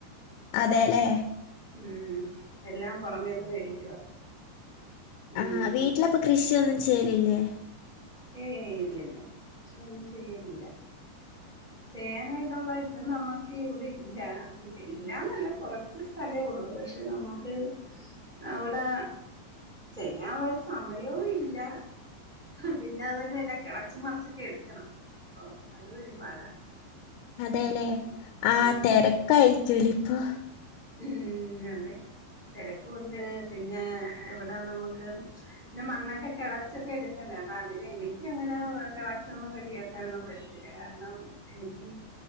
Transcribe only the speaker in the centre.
ഉം എല്ലാം പൊറമേന്ന് മേടിക്കുവാ. ഉം
ഏയ് ഇല്ലല്ല, കൃഷിയൊന്നും ചെയ്യലില്ല. ചെയ്യാനായിട്ടുള്ള ഇതൊന്നും നമ്മക്ക് ഇവിടെ ഇല്ലാ. ഇല്ലാന്നല്ല കൊറ ച്ച് സ്ഥലേഒള്ളു. പക്ഷെ നമക്ക് അവ്ടെ... ചെയ്യാള്ളൊരു സമയവു ഇല്ലാ പിന്നെ അത് തന്നെല്ല കിളച്ച് മറിച്ചൊക്കെ എടുക്കണം, അപ്പൊ അതും ഒരുപാടാ.
ഉം
ഉം അതെ, തെരക്കൂണ്ട് പിന്നേ ഇവിടെ നമുക്ക് പിന്നെ മണ്ണൊക്കെ കിളച്ചൊക്കെ എടുക്കണ്ടേ, അപ്പൊ അതിനെ എനിക്കങ്ങനെ കിളച്ചൊന്നും റെഡിയാക്കാനൊന്നും പറ്റത്തില്ല. <unintelligible> കാരണം എനിക്ക്,